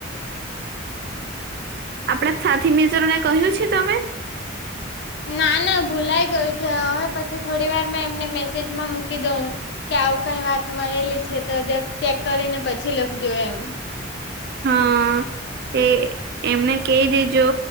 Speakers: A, on the right; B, on the left.
A: આપણા સાથી મિઝો ને કહ્યું છે તમે
B: ના ના ભૂલાય ગયું છે હવે પછી થોડી વાર મે એમને મેસેજમાં મૂકી દઉં કે આવું કઈ વાત મળેલી છે તો જ ચેક કરીને પછી લખજ એમ
A: હા એ એમને કહી દીજો